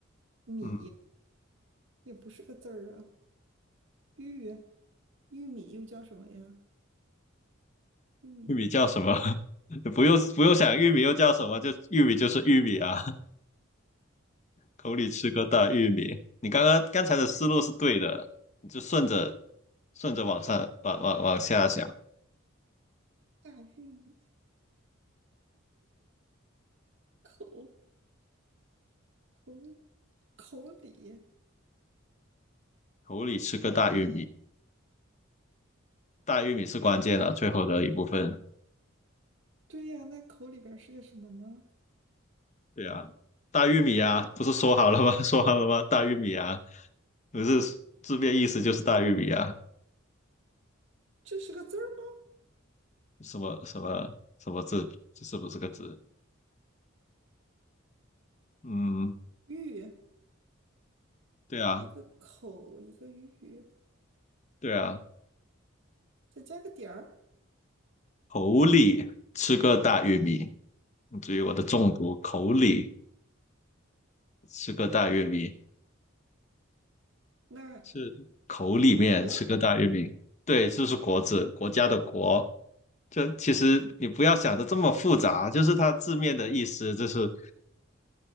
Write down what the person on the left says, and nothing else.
嗯，
玉米叫什么？<laughs> 不用不用想，玉米又叫什么？就玉米就是玉米啊，<laughs> 口里吃个大玉米。你刚刚刚才的思路是对的，你就顺着顺着往上往往往下想，
口里吃个大玉米，大玉米是关键啊，最后的一部分。
对啊，大玉米啊，不是说好了吗？<laughs> 说好了吗？大玉米啊，不是字面意思就是大玉米啊，
什么什么什么字，这是不是个字？嗯，
对啊。
对啊，
口里吃个大玉米，至于我的中毒，口里吃个大玉米
是口里面吃个大玉米，
对，这是国字，国家的国。这其实你不要想的这么复杂，就是它字面的意思，就是